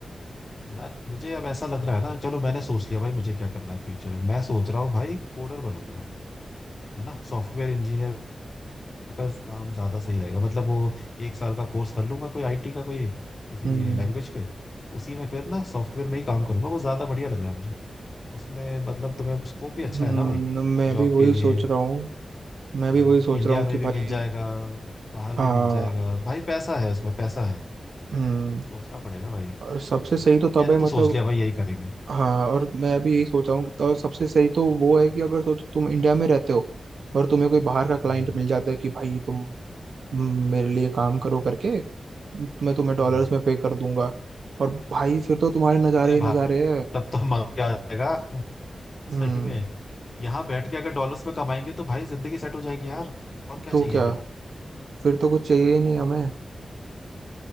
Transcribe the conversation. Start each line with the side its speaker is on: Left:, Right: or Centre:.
Left: यार मुझे अब ऐसा लग रहा है ना चलो मैंने सोच लिया भाई मुझे क्या करना है फ्यूचर में मैं सोच रहा हूँ भाई कोडर बनूंगा है ना सॉफ्टवेयर इंजीनियर का काम ज्यादा सही रहेगा मतलब वो एक साल का कोर्स कर लूंगा कोई आईटी का कोई किसी
Right: हम्म
Left: लैंग्वेज पे उसी में फिर ना सॉफ्टवेयर में ही काम करूंगा वो ज्यादा बढ़िया लग रहा है मुझे उसमें मतलब तुम्हें स्कोप
Right: हम्म,
Left: भी अच्छा है ना भाई
Right: मैं
Left: जॉब
Right: भी वही
Left: के लिए
Right: सोच रहा हूँ मैं
Left: अ,
Right: भी वही सोच
Left: इंडिया
Right: रहा हूँ
Left: में
Right: कि
Left: भी
Right: भाई
Left: मिल जाएगा बाहर
Right: हाँ
Left: भी मिल जाएगा भाई पैसा है उसमें पैसा है
Right: हम्म
Left: मेरे को सोचना पड़ेगा भाई
Right: और सबसे सही तो तब
Left: मैंने
Right: है
Left: तो
Right: मतलब
Left: सोच लिया भाई यही करेंगे
Right: हाँ और मैं अभी यही सोच रहा हूँ तो सबसे सही तो वो है कि अगर सोचो तुम इंडिया में रहते हो और तुम्हें कोई बाहर का क्लाइंट
Left: हम्म,
Right: मिल जाता है कि भाई तुम म, मेरे लिए काम करो करके मैं तुम्हें डॉलर्स
Left: हाँ
Right: में पे कर दूंगा और भाई फिर तो तुम्हारे नज़ारे
Left: अरे
Right: ही नज़ारे
Left: भाई
Right: हैं
Left: तब तो मजा आ जाएगा
Right: हम्म
Left: सही में यहाँ बैठ के अगर डॉलर्स में कमाएंगे तो भाई जिंदगी सेट हो जाएगी यार और क्या
Right: तो
Left: चाहिए
Right: क्या
Left: फिर
Right: फिर तो कुछ चाहिए ही नहीं हमें